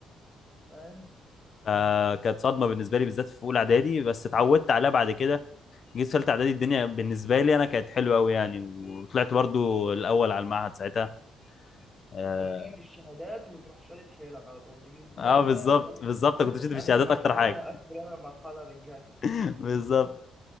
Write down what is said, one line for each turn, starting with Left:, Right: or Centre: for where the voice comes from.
Centre: فاهم؟
Left: فكانت صدمه بالنسبه لي بالذات في اولى اعدادي بس اتعودت عليها بعد كده جيت في ثالثه اعدادي الدنيا بالنسبه لي انا كانت حلوه قوي يعني وطلعت برضو الاول على المعهد ساعتها اه,
Centre: انت بتيجي في الشهادات وتروح شادد حيلك على طول تيجي في
Left: آه
Centre: سته
Left: بالظبط بالظبط كنت شد في
Centre: اخر
Left: الشهادات
Centre: مرحله
Left: اكتر حاجه
Centre: هقفل انا المرحله رجاله
Left: <laughs> بالظبط